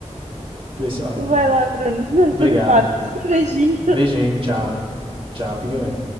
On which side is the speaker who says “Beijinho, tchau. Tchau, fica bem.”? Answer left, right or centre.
Right